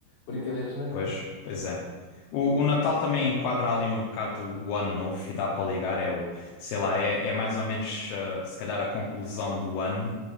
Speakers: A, on the left (about 55°); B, on the left (about 85°).
A: brincadeiras na neve.
B: Pois, pois é. O, o Natal também enquadra ali um bocado o ano novo e dá para ligar. É o, sei lá, é, é mais ou menos, eh, se calhar, a conclusão do ano.